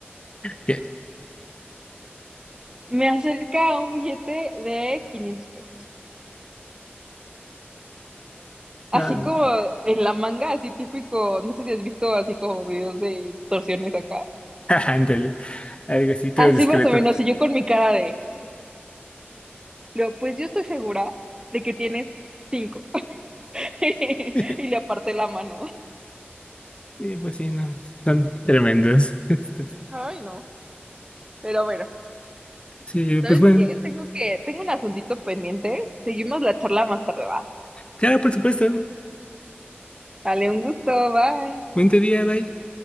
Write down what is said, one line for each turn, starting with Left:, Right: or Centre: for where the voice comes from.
Left: ¿qué?
Right: Me acerca un billete de 500 pesos. Así
Left: No, no.
Right: como
Left: no.
Right: en la manga, así típico, no sé si has visto así como videos de extorsiones acá.
Left: <laughs> Ándale. Algo así, todo
Right: Así
Left: discreto.
Right: más o menos, y yo con mi cara de, Le digo, pues yo estoy segura de que tienes cinco. <laughs>
Left: <laughs>
Right: Y le aparté la mano.
Left: Sí, pues sí, no. Son tremendos. <laughs> estos.
Right: Ay, no. Pero bueno,
Left: Sí,
Right: ¿sabes
Left: pues bueno.
Right: qué? Tengo que, tengo un asuntito pendiente. Seguimos la charla más tarde, ¿va?
Left: Claro, por supuesto.
Right: Dale un gusto, bye.
Left: Buen día, bye.